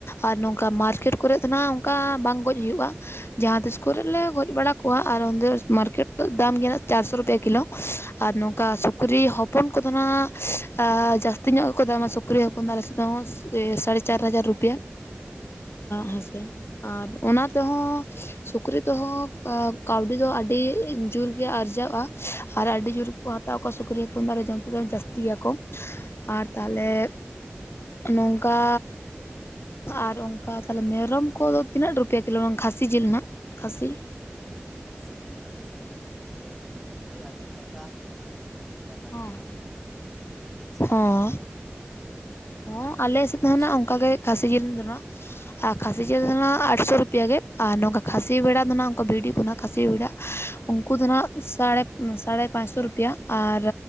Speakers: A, on the left (about 65°); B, in the centre.
A: ᱟᱨ ᱱᱚᱝᱠᱟ ᱢᱟᱨᱠᱮᱴ ᱠᱚᱨᱮᱫ ᱫᱚ ᱱᱟᱦᱟᱜ ᱚᱱᱠᱟ ᱵᱟᱝ ᱜᱚᱡ ᱦᱩᱭᱩᱜᱼᱟ ᱡᱟᱦᱟᱸᱛᱤᱥ ᱠᱚᱨᱮ ᱞᱮ ᱜᱚᱡ ᱵᱟᱲᱟ ᱠᱚᱣᱟ ᱟᱨ ᱚᱸᱰᱮ ᱢᱟᱨᱠᱮᱴ ᱫᱟᱢ ᱜᱮᱭᱟ ᱪᱟᱨᱥᱚ ᱨᱩᱯᱤᱭᱟ ᱠᱤᱞᱳ ᱟᱨ ᱱᱚᱝᱠᱟ ᱥᱩᱠᱨᱤ ᱦᱚᱯᱚᱱ ᱠᱚᱫᱚ ᱟᱸᱱᱟᱜ ᱡᱟᱹᱥᱛᱤ ᱧᱚᱜ ᱜᱮᱠᱚ ᱫᱟᱢᱟ ᱥᱩᱠᱨᱤ ᱥᱩᱠᱨᱤ ᱦᱚᱯᱚᱱ ᱟᱞᱮ ᱥᱮᱫ ᱦᱚᱸ ᱥᱟᱲᱮ ᱪᱟᱨ ᱦᱟᱡᱟᱨ ᱨᱩᱯᱤᱭᱟ ᱦᱮᱸᱥᱮ ᱟᱨ ᱚᱱᱟ ᱛᱮᱦᱚᱸ ᱥᱩᱠᱨᱤ ᱛᱮᱦᱚᱸ ᱠᱟᱹᱣᱰᱤ ᱫᱚ ᱟᱹᱰᱤ ᱡᱳᱨ ᱜᱮ ᱟᱨᱡᱟᱜᱼᱟ ᱟᱨ ᱟᱹᱰᱤ ᱡᱳᱨ ᱠᱚ ᱦᱟᱛᱟᱣ ᱠᱚᱣᱟ ᱥᱩᱠᱨᱤ ᱦᱚᱯᱚᱱ ᱫᱟᱨᱮ ᱡᱚᱢ ᱛᱮᱫ ᱫᱚ ᱡᱟᱹᱥᱛᱤ ᱜᱮᱭᱟᱠᱚ ᱟᱨ ᱛᱟᱦᱞᱮ ᱱᱚᱝᱠᱟ ᱟᱨ ᱚᱱᱠᱟ ᱛᱟᱦᱞᱮ ᱢᱮᱨᱚᱢ ᱠᱚᱫᱚ ᱛᱤᱱᱟᱹᱜ ᱨᱩᱯᱤᱭᱟ ᱠᱤᱞᱳ ᱠᱷᱟᱹᱥᱤ ᱡᱤᱞ ᱨᱮᱱᱟᱜ ᱠᱷᱟᱹᱥᱤ
B: ᱠᱷᱟᱹᱥᱤ ᱡᱤᱞ ᱟᱞᱮᱥᱱ ᱢᱚᱴᱟᱢᱩᱴᱤ ᱳᱭ ᱟᱴᱥᱚ ᱴᱟᱠᱟ ᱤᱱᱠᱟ ᱫᱟᱢ
A: ᱦᱚᱸ
B: ᱠᱟᱱᱟ ᱢᱤᱫ ᱠᱮᱡᱤ
A: ᱦᱚᱸ
B: ᱨᱮ᱾
A: ᱦᱚᱸ ᱟᱞᱮ ᱥᱮᱫ
B: ᱟᱯᱮ
A: ᱦᱚᱸ
B: ᱥᱮᱱ
A: ᱱᱟᱜ ᱚᱱᱠᱟ
B: ᱫᱚ?
A: ᱜᱮ ᱠᱷᱟᱹᱥᱤ ᱡᱤᱞ ᱫᱚ ᱟᱨ ᱠᱷᱟᱹᱥᱤ ᱡᱤᱞ ᱫᱚ ᱟᱴᱥᱚ ᱨᱩᱯᱤᱭᱟ ᱜᱮ ᱟᱨ ᱱᱚᱝᱠᱟ ᱠᱷᱟᱹᱥᱤ ᱵᱷᱮᱲᱟ ᱫᱚ ᱱᱟᱦᱱᱟᱜ ᱠᱚ ᱵᱷᱤᱰᱤ ᱠᱷᱚᱱᱟᱜ ᱠᱷᱟᱹᱥᱤ ᱵᱮᱲᱟ ᱩᱱᱠᱩ ᱫᱚ ᱱᱟᱦᱱᱟᱜ ᱥᱟᱲᱮ ᱥᱟᱲᱮ ᱯᱟᱸᱪᱥᱚ ᱨᱩᱯᱤᱭᱟ ᱟᱨ